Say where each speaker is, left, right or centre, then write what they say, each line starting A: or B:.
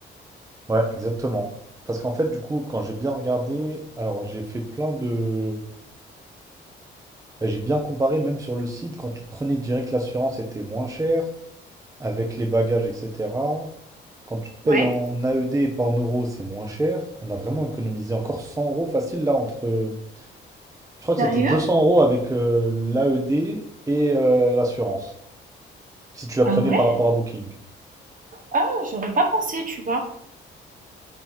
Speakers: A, on the right; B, on the right.
A: Ouais, exactement. Parce qu'en fait, du coup, quand j'ai bien regardé, alors j'ai fait plein de. bah, J'ai bien comparé, même sur le site, quand tu prenais direct l'assurance, c'était moins cher. avec les bagages, etc. Quand tu payes
B: Ouais.
A: en AED et pas en euros, c'est moins cher. On a vraiment économisé encore 100 euros facile là entre. Je crois que
B: Sérieux?
A: c'était 200 euros avec euh, l'AED et euh, l'assurance, si tu la prenais
B: Ah ouais?
A: par rapport à Booking.
B: Ah, j'aurais pas pensé, tu vois?